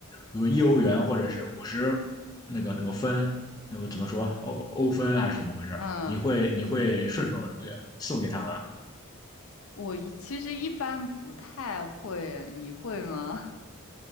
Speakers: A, on the left (about 20°); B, on the left (about 70°).
A: 比如一欧元或者是五十那个那个分，那个怎么说欧欧分还是怎么回事？
B: 嗯，
A: 你会你会顺手呃送给他吗？
B: 我一其实一般不太会，你会吗？<laughs>